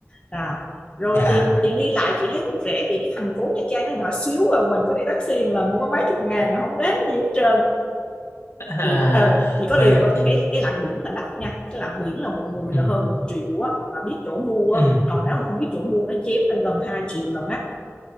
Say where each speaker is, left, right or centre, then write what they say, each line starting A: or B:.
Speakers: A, on the left; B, on the left.
A: à rồi
B: dạ.
A: tiền
B: <laughs>
A: tiền đi lại chị thấy cũng rẻ vì cái thành phố Nha Trang nó nhỏ xíu à, mình có đi taxi một lần cũng có mấy chục ngàn à, không đáng nhiều hết trơn
B: À,
A: chị ờ chỉ có
B: vậy
A: điều
B: hả
A: có
B: chị?
A: cái cái lặn biển là đắt nha cái lặn biển là một người
B: Ừ.
A: là hơn một triệu á mà biết chỗ mua
B: Ừ.
A: á còn nếu mà không biết chỗ mua nó chém lên gần 2 triệu lần